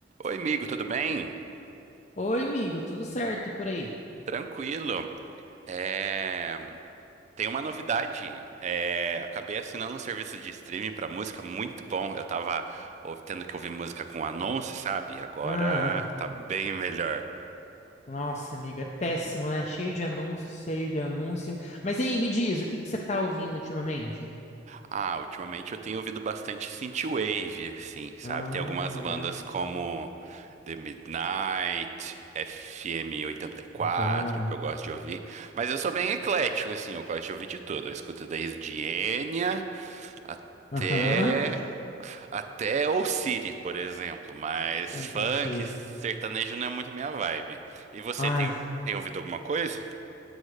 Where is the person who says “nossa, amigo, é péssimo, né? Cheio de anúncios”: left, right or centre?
Left